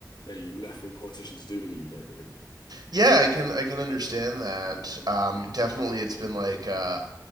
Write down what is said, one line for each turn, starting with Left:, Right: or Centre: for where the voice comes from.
Left: a left wing politician to do in the UK, really.
Right: Yeah, I can I can understand that. Um, definitely, it's been like uh,